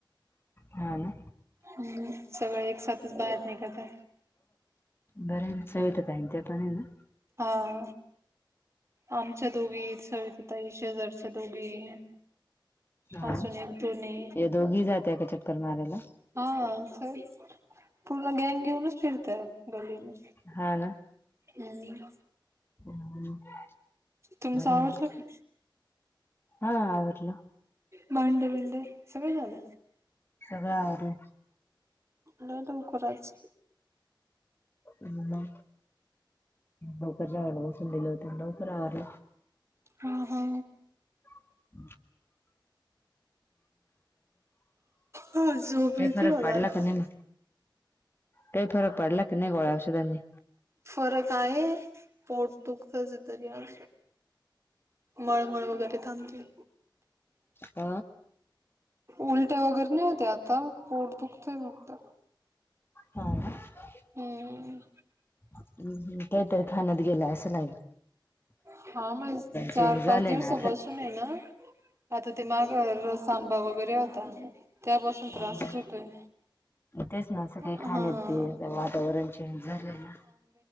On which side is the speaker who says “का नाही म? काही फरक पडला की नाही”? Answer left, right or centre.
Left